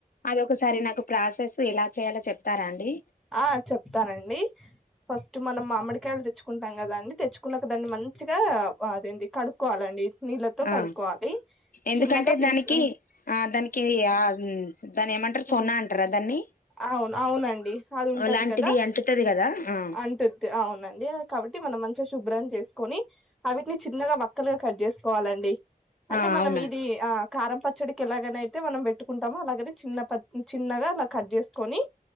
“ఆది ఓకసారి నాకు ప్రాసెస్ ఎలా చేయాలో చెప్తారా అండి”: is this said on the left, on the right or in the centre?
Left